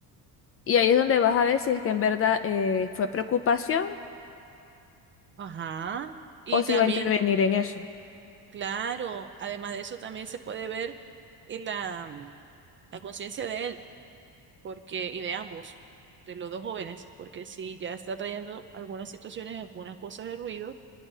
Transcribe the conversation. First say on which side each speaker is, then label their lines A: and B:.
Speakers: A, on the left; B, on the right.
A: Y ahí es donde vas a ver si es que en verdad eh, fue preocupación
B: Ajá. Y
A: o
B: también,
A: si va a intervenir en eso.
B: claro, además de eso, también se puede ver en la, mm, la conciencia de él, porque, y de ambos, de los dos jóvenes, porque si ya está trayendo algunas situaciones, algunas cosas de ruido